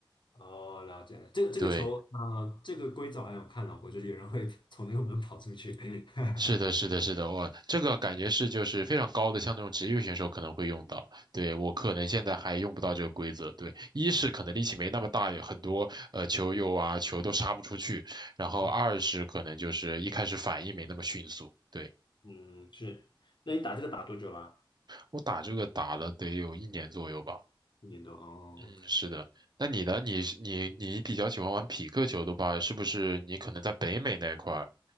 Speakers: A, on the left (about 65°); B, on the right (about 55°).
A: 哦，了解了。这个这个球，
B: 对。
A: 啊、这个规则我好像有看到过，就是有人会 <laughs> 从那个门跑出去。<laughs>
B: 是的，是的，是的，我这个感觉是就是非常高的，像那种职业选手可能会用到。对，我可能现在还用不到这个规则。对，一是可能力气没那么大，有很多呃球友啊球都杀不出去，然后二是可能就是一开始反应没那么迅速。
A: 嗯
B: 对，
A: 嗯，是。那你打这个打多久啦？
B: 我打这个打了得有一年左右吧。
A: 一年多。哦，OK。
B: 嗯，是的。那你呢？你是你你比较喜欢玩匹克球的话，是不是你可能在北美那一块儿？